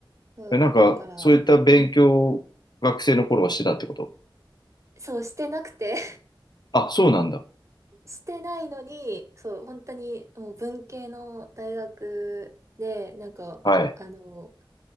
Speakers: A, on the right; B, on the left.
A: そう、
B: え、なんか、
A: だから、
B: そういった勉強を学生の頃はしてたってこと
A: うんそうしてなくて
B: あ、そうなんだ。
A: してないのに、そう、本当にもう文系の大学で、なんか、
B: はい。
A: あの、